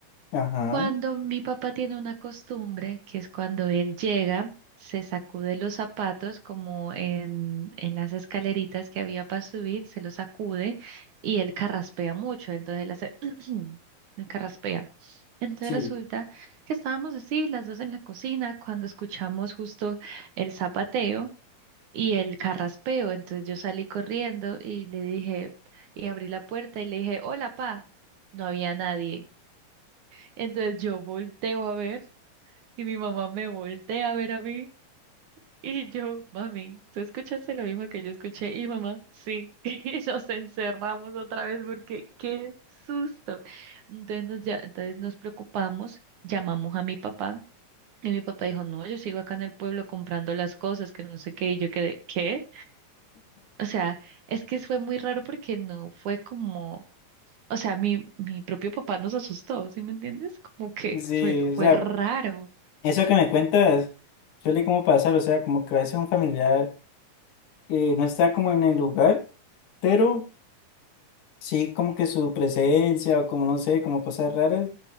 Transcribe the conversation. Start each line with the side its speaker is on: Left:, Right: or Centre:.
Left: ajá,
Right: Cuando mi papá tiene una costumbre, que es cuando él llega, se sacude los zapatos como en, en las escaleritas que había para subir, se los sacude y él carraspea mucho, entonces él hace, <clears throat> él carraspea. Entonces
Left: sí,
Right: resulta que estábamos así, las dos en la cocina, cuando escuchamos justo el zapateo y el carraspeo. Entonces yo salí corriendo y le dije, y abrí la puerta y le dije, hola, pa. No había nadie. Entonces yo volteo a ver y mi mamá me voltea a ver a mí y yo, mami, ¿tú escuchaste lo mismo que yo escuché? Y mamá, sí. <laughs> Y nos encerramos otra vez porque qué susto. Entonces nos, ya, entonces nos preocupamos, llamamos a mi papá. Y mi papá dijo, no, yo sigo acá en el pueblo comprando las cosas, que no sé qué, y yo quedé, ¿qué? O sea, es que fue muy raro porque no fue como, o sea, mi, mi propio papá nos asustó, ¿sí me entiendes? Como que
Left: sí,
Right: fue,
Left: o
Right: fue
Left: sea,
Right: raro.
Left: eso que me cuentas suele como pasar, o sea, como que a veces un familiar eh, no está como en el lugar, pero sí como que su presencia o como no sé, como cosas raras,